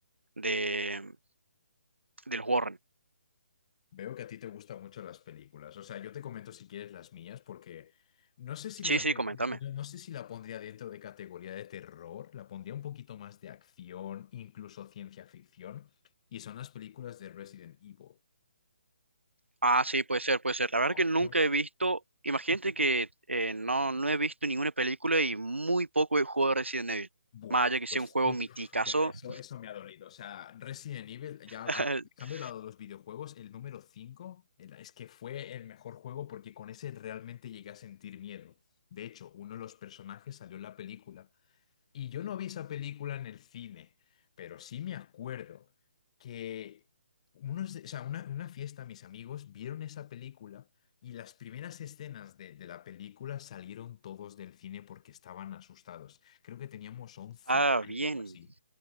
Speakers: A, on the right (about 80°); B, on the left (about 35°).
A: de, de los Warren.
B: Veo que a ti te gustan mucho las películas. O sea, yo te comento si quieres las mías, porque no sé si la,
A: Sí, sí,
B: de-
A: coméntame.
B: de- no no sé si la pondría dentro de categoría de terror, la pondría un poquito más de acción, incluso ciencia ficción, y son las películas de Resident Evil.
A: Ah, sí, puede ser, puede ser. La verdad
B: Oh,
A: que nunca
B: Yo,
A: he visto, imagínate que eh, no, no he visto ninguna película y muy poco he jugado Resident Evil,
B: buah,
A: más allá que
B: pues
A: sea un juego
B: uf,
A: miticazo.
B: ya, eso, eso me ha dolido. O sea, Resident Evil,
A: <laughs>
B: ya a- dejando de lado los videojuegos, el número 5 es que fue el mejor juego porque con ese realmente llegué a sentir miedo. De hecho, uno de los personajes salió en la película. Y yo no vi esa película en el cine, pero sí me acuerdo que unos, de- o sea, una, una fiesta, mis amigos vieron esa película y las primeras escenas de, de la película salieron todos del cine porque estaban asustados. Creo que teníamos once
A: Ah,
B: años
A: bien.
B: o así.